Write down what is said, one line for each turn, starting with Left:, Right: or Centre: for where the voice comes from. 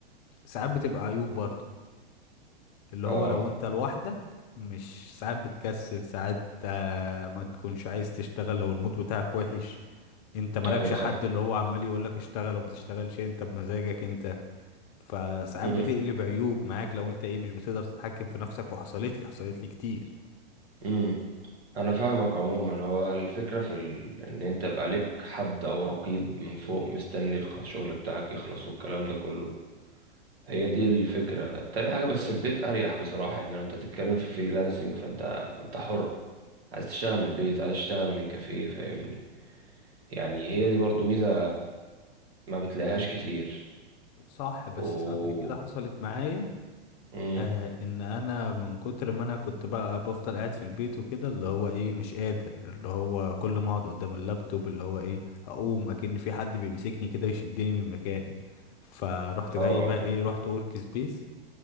Left: ساعات بتبقى عيوب برضو اللي
Right: اه
Left: هو لو انت لوحدك مش ساعات بتكسل ساعات آه، ما تكونش عايز تشتغل لو المود بتاعك وحش انت مالكش
Right: ايوه
Left: حد
Right: صح
Left: اللي هو عمال يقولك اشتغل وما تشتغلش انت بمزاجك انت فساعات
Right: امم
Left: بتقلب عيوب معاك لو انت ايه مش بتقدر تتحكم في نفسك وحصلت لي حصلت لي كتير
Right: امم انا فاهمك عموما هو الفكره في ال... ان انت يبقى ليك حد او رقيب من فوق مستني الخ- الشغل بتاعك يخلص والكلام ده كله هي دي الفكرة تاني حاجة بس البيت أريح بصراحة يعني لو أنت تتكلم في فريلانسنج فأنت أنت حر عايز تشتغل من البيت عايز تشتغل من كافيه فاهمني يعني هي دي برضو ميزة ما بتلاقيهاش كتير
Left: صح بس
Right: و
Left: قبل كده حصلت معايا
Right: مم.
Left: آه ان انا من كتر ما انا كنت بقى بفضل قاعد في البيت وكده اللي هو ايه مش قادر اللي هو كل ما اقعد قدام اللابتوب اللي هو ايه اقوم اكن في حد بيمسكني كده يشدني من مكاني فروحت جاي
Right: اه
Left: بقى ايه رحت ورك سبيس